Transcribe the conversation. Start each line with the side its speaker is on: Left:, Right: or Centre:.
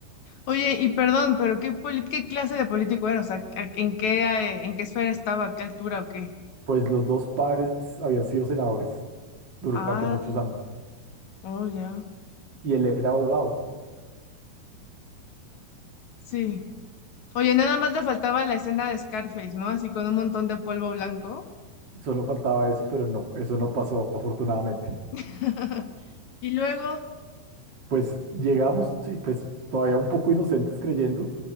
Left: Oye, y perdón, pero ¿qué, poli- qué clase de político era? O sea, ¿a- ¿en qué, eh, en qué esfera estaba? ¿A qué altura o qué?
Right: Pues los dos padres habían sido senadores. durante
Left: Ah,
Right: muchos años.
Left: oh, ya.
Right: Y él era abogado,
Left: Sí. Oye, nada más le faltaba la escena de Scarface, ¿no? Así con un montón de polvo blanco.
Right: solo faltaba eso, pero no, eso no pasó afortunadamente.
Left: <laughs> Y luego...
Right: Pues llegamos y pues todavía un poco inocentes creyendo,